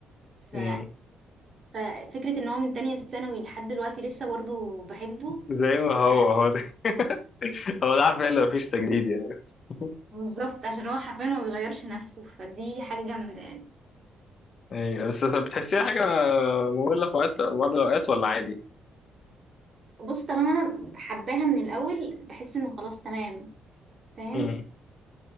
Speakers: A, on the right; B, on the left.
A: ف...
B: امم
A: ففكرة ان هو من تانية ثانوي لحد دلوقتي لسه برضه بحبه
B: زي ما هو
A: فحسيت
B: هو زي- <laughs> هو ده عارف ايه اللي مفيش تجديد يعني <laughs>
A: بالظبط عشان هو حرفيا ما بيغيرش نفسه فدي حاجة جامدة يعني
B: ايوه بس بتحسيها حاجة مملة في وقت بعض الأوقات ولا عادي؟
A: بص طالما انا حباها من الاول بحس انه خلاص تمام فاهم
B: امم